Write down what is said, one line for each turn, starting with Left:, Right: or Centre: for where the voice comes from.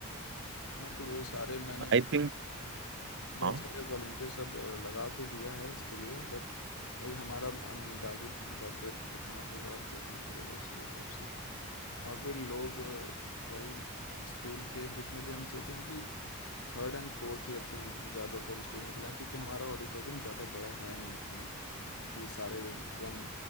Left: हाँ तो वो सारे मैंने
Right: आई थिंक
Left: बहुत
Right: हाँ
Left: सारे वॉलेंटियर सब अ, लगा तो दिया है इसके लिए बट वही हमारा अंदाजी बजट कितना होगा अब देखना पड़ेगा उसी के हिसाब से और फिर लोग अ, वही स्कूल के जितने भी हम सोचे हैं कि थर्ड एंड फोर्थ ईयर से ही ज़्यादातर स्टूडेंट बुलाएं क्योंकि हमारा ऑडिटोरियम ज़्यादा बड़ा है नहीं उतना कि सारे वन